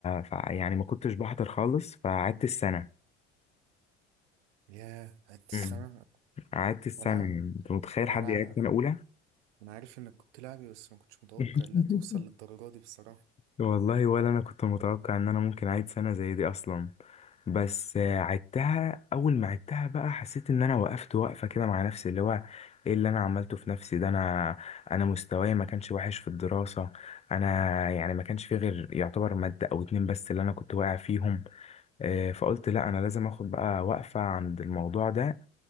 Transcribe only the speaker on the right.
ياه قعدت السنه
وانا
هو انا
انا عارف انك كنت لاعبي بس ما كنتش متوقع
انها توصل للدرجه دي بصراحه